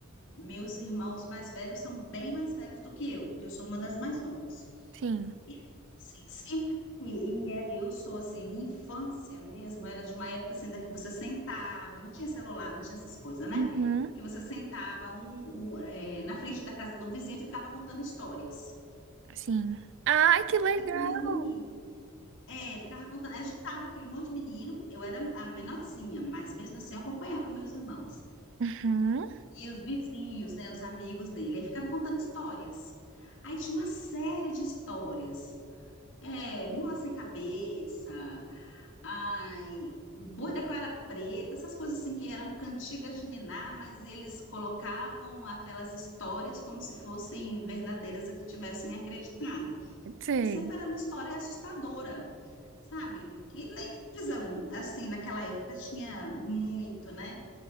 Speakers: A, on the left; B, on the right.
A: meus irmãos mais velhos são bem mais velhos do que eu, porque eu sou uma das mais novas.
B: Sim,
A: E, assim, sempre. E, e é- eu sou, assim, minha infância mesmo era de uma época, assim, da que você sentava, não tinha celular, não tinha essas coisas, né?
B: Uhum.
A: Que você sentava um, um, é, na frente da casa do vizinho e ficava contando histórias.
B: sim. Ai, que legal!
A: E aí, É, ficava contando. Eu juntava aquele monte de menino, eu era a menorzinha, mas mesmo assim eu acompanhava meus irmãos.
B: Uhum,
A: E os vizinhos, né, os amigos dele. Aí ficava contando histórias. Aí tinha uma série de histórias. É, mula sem cabeça, ai, boi da cara preta, essas coisas assim que eram cantigas de niná, mas eles colocavam aquelas histórias como se fossem verdadeiras e que tivessem acreditado.
B: Sei.
A: E sempre era uma história assustadora sabe? E nem televisão, assim, naquela época tinha muito, né?